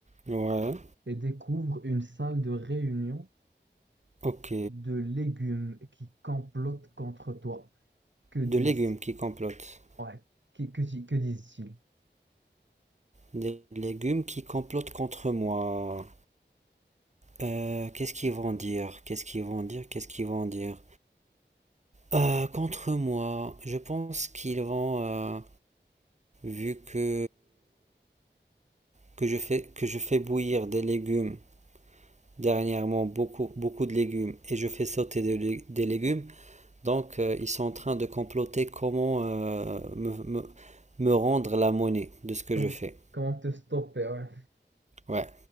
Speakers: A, on the right; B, on the right.
A: Ouais,
B: et découvre une salle de réunion
A: ok.
B: de légumes qui complotent contre toi. Que disent,
A: De légumes qui complotent.
B: ouais, qui- que, dis- que disent-ils?
A: Des légumes qui complotent contre moi. Euh, qu'est-ce qu'ils vont dire? Qu'est-ce qu'ils vont dire? Qu'est-ce qu'ils vont dire? Euh, contre moi, je pense qu'ils vont, euh, vu que que je fais que je fais bouillir des légumes dernièrement beaucoup, beaucoup de légumes et je fais sauter des, des légumes. Donc, euh, ils sont en train de comploter comment euh, me, me- me rendre la monnaie de ce que
B: Comment,
A: je fais.
B: comment te stopper, ouais.
A: Ouais.